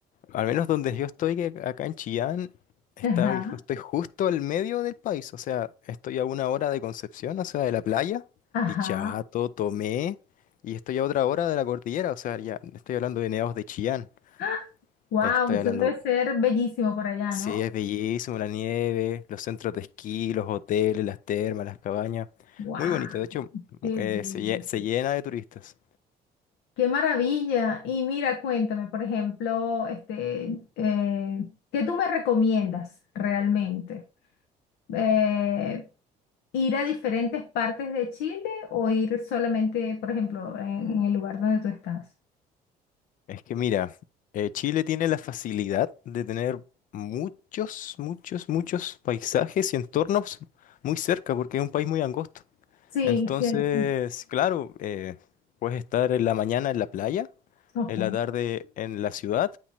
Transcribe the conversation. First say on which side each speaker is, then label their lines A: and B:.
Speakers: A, on the left; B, on the left.
A: Al menos donde yo estoy, que acá en Chillán, está-
B: Ajá,
A: hijo, estoy justo al medio del país. O sea, estoy a una hora de Concepción, o sea, de la playa,
B: ajá.
A: Dichato, Tomé, y estoy a otra hora de la cordillera. O sea, ya estoy hablando de nevados de Chillán.
B: <gasps> Wow,
A: Estoy
B: eso
A: hablando,
B: debe ser bellísimo por allá,
A: sí,
B: ¿no?
A: es bellísimo la nieve, los centros de esquí, los hoteles, las termas, las cabañas.
B: Wow,
A: Muy bonito, de hecho,
B: qué
A: mu- eh,
B: bello.
A: se lle- se llena de turistas.
B: Qué maravilla. Y mira, cuéntame, por ejemplo, este, eh, ¿qué tú me recomiendas realmente? Eh, ¿ir a diferentes partes de Chile o ir solamente, por ejemplo, en, en el lugar donde tú estás?
A: Es que mira, eh, Chile tiene la facilidad de tener muchos, muchos, muchos paisajes y entornos muy cerca, porque es un país muy angosto.
B: Sí,
A: Entonces,
B: cierto.
A: claro, eh, puedes estar en la mañana en la playa,
B: Ok,
A: en la tarde en la ciudad